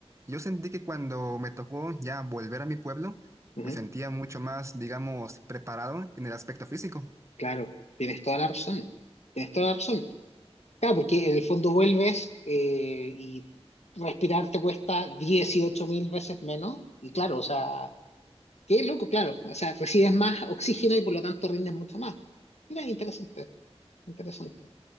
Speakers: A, on the right; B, on the left.
A: yo sentí que cuando me tocó ya volver a mi pueblo,
B: ujú,
A: me sentía mucho más, digamos, preparado en el aspecto físico.
B: claro, tienes toda la razón, tienes toda la razón. Claro, porque en el fondo vuelves eh, y respirar te cuesta dieciocho mil veces menos, y claro, o sea, Qué loco, claro. O sea, recibes más oxígeno y por lo tanto rindes mucho más. Mira, interesante, interesante.